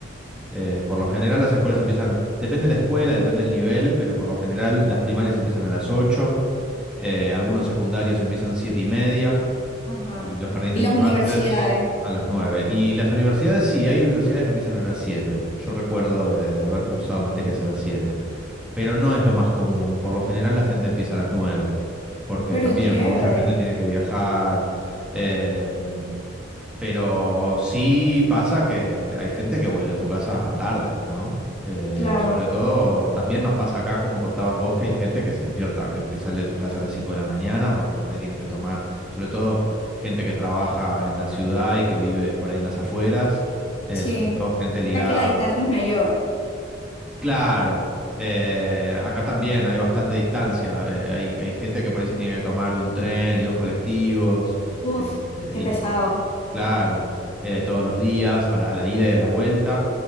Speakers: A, in the centre; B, on the left.
A: Eh, por lo general las escuelas empiezan, depende de la escuela, depende del nivel, pero por lo general las primarias empiezan a las 8. Eh, algunos secundarios empiezan siete y media
B: Ajá.
A: y los jardines
B: Y las
A: de infantes
B: universidades.
A: a las nueve Y las universidades, sí, hay universidades que empiezan a las siete Yo recuerdo de, de haber cursado materias a las siete pero no es lo más común. Por lo general la gente empieza a las 9 porque
B: Pero
A: también
B: chévere.
A: mucha gente tiene que viajar. eh, pero sí pasa que hay gente que vuelve a su casa tarde, ¿no? Eh,
B: Claro,
A: sobre todo, también nos pasa acá, como contabas vos, que hay gente que se despierta, que, que sale de su casa a las 5 de la mañana, porque por ahí tiene que tomar, sobre todo gente que trabaja en la ciudad y que vive por ahí en las afueras, eh,
B: sí.
A: sobre todo gente ligada
B: Es que la distancia es mayor.
A: Claro, eh, acá también hay bastante distancia. eh, hay, hay gente que por ahí se tiene que tomar un tren y dos colectivos.
B: Uf,
A: eh,
B: qué
A: y
B: pesado.
A: claro, eh, todos los días para a la ida y a la vuelta.